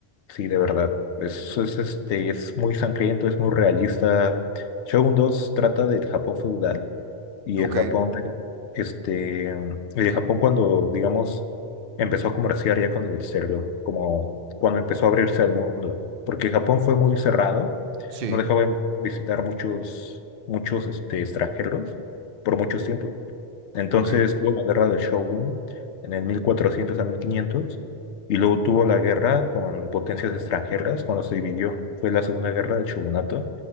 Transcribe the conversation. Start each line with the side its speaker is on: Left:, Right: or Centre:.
Left: sí, de verdad, es, es, este, es muy sangriento, es muy realista. Shogun 2 trata del Japón feudal y
Right: Ok,
Left: el Japón, este, el Japón cuando, digamos, empezó a comerciar ya con el exterior, como cuando empezó a abrirse al mundo, porque Japón fue muy cerrado,
Right: sí,
Left: no dejaba en- visitar muchos, muchos, este, extranjeros por mucho tiempo. Entonces,
Right: ok.
Left: luego la guerra del Shogun, en el 1400 a 1500 y luego tuvo la guerra con potencias extranjeras cuando se dividió. Fue la Segunda Guerra del Shogunato